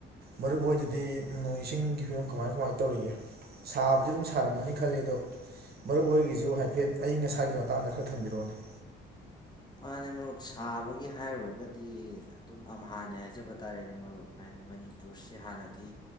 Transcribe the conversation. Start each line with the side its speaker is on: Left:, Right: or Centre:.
Right: ꯃꯔꯨꯞ ꯍꯣꯏꯗꯗꯤ ꯅꯣꯡ ꯏꯁꯤꯡꯒꯤ ꯐꯤꯕꯝ ꯀꯃꯥꯏ ꯀꯃꯥꯏꯅ ꯇꯧꯔꯤꯒꯦ ꯁꯥꯕꯗꯤ ꯑꯗꯨꯝ ꯁꯥꯔꯝꯃꯅꯤ ꯈꯜꯂꯤ ꯑꯗꯣ ꯃꯔꯨꯞ ꯍꯣꯏꯒꯤꯁꯨ ꯍꯥꯏꯐꯦꯠ ꯑꯏꯪ ꯑꯁꯥꯒꯤ ꯃꯇꯥꯡꯗ ꯈꯔ ꯊꯝꯕꯤꯔꯛꯑꯣꯅꯦ
Left: ꯃꯥꯅꯦ ꯃꯔꯨꯞ ꯁꯥꯕꯒꯤ ꯍꯥꯏꯔꯨꯔꯒꯗꯤ ꯑꯗꯨꯝ ꯑꯝ ꯍꯥꯟꯅꯦ ꯍꯥꯏꯖꯕ ꯇꯥꯔꯦꯅꯦ ꯃꯔꯨꯞ ꯍꯥꯏꯗꯤ ꯃꯅꯤꯄꯨꯔꯁꯦ ꯍꯥꯟꯅꯗꯤ